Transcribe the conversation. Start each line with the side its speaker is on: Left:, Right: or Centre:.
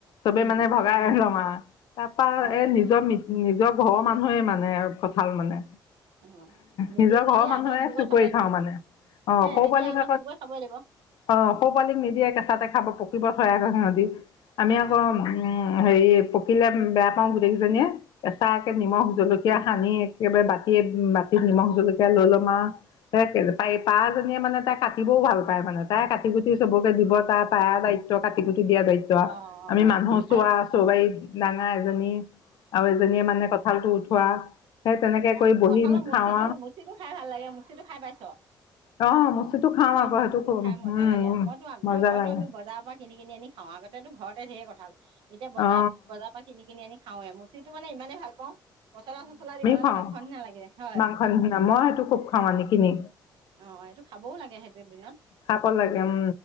Left: চবে
Right: উম
Left: মানে ভগাই লওঁ আৰু, তাৰ পৰা
Right: অ
Left: এ
Right: তে
Left: নিজৰ নিজৰ। ঘৰৰ মানুহে মানে কঁঠাল মানে।
Right: অ নিদিয়ে
Left: নিজৰ
Right: নিদিয়া
Left: ঘৰৰ মানুহে
Right: আকৌ চুকৈ
Left: চুকুৰি
Right: খাবই লাগিব,
Left: খাওঁ মানে অঁ
Right: হে
Left: সৰু
Right: নিদিয়া
Left: পোৱালীক
Right: আকৌ চুকৈ খাবই লাগিব।
Left: অ সৌ পালিক নিদিয়ে কেঁচাতে খাব পক। পকিব থয় আক সিহঁতি আমি
Right: অ
Left: আকৌ উ। হেৰি পকিলে বেয়া পাও গোটেই কেইজনীয়ে। কেঁচাকাকে
Right: উম
Left: নিমখ জলকীয়া। সানি একেবাৰে বাতিয়ে বাতিত নিমখ জলকীয়া লৈ ল'ম আ ত পাহ জনীয়ে মানে তাই কাটিবও ভাল তাৰমানে তাই কাটি কুটি চবকে দিব পাৰা দায়িত্ব কাটি কুটি দিয়া দায়িত্ব আও
Right: অ অ
Left: আমি মানুহক চোৱা
Right: আৰু
Left: চও বা ডাঙা এজনী আৰু এজনীয়ে মানে কথা ঠালটো উঠোৱা সেই তেনেকে কৰি
Right: আৰু
Left: বহি
Right: কঁঠালৰ মুচিটো
Left: খাওঁ
Right: মুচিটো খাই ভাল লাগে মুচিটো খাই পাইছ
Left: আও অ মুচিটো খাওঁ
Right: কঠালৰ
Left: আকৌ
Right: মুচিটো
Left: সেইটো
Right: খাই মজা
Left: উম
Right: লাগে মইতো
Left: মজা
Right: মইতো
Left: লাগে
Right: আমি বজাৰ পৰা কিনি কিনি আনি খাওঁ আগতেতো ঘৰতে ঢেৰ কঁঠাল এতিয়া বজাৰ
Left: অ অ
Right: বজাৰ পৰা কিনি কিনি আনি খাওৱে মচিটো মানে ইমানেই ভাল পাওঁ <unintelligible> পচলা চচলা দি
Left: খাও
Right: মাংস নিচিনা লাগে হয়
Left: মাংস নিচিনা মই সেইটো খুব খাওঁ আনি কিনি
Right: অ এইটো খাবও লাগে সেইটো দিনত
Left: খাব লাগে উম